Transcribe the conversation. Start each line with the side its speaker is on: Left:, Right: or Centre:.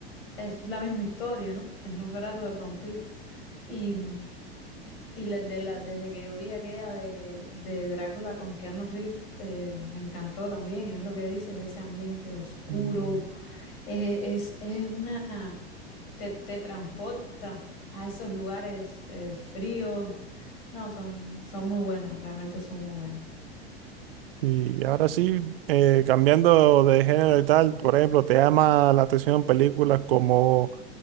Left: es la misma historia, ¿no? Es Nosferatu del vampiro. Y, y la- de la- desde que yo vi aquella de, de Drácula con Keanu Reeves, eh, me encantó también, es lo que dices, ese ambiente oscuro
Right: Mm.
Left: Eh, es, es una, te, te transporta a esos lugares eh, fríos. No, son, son muy buenas, realmente son muy buenas.
Right: Y ahora sí, eh, cambiando de género y tal, por ejemplo, ¿te llama la atención películas como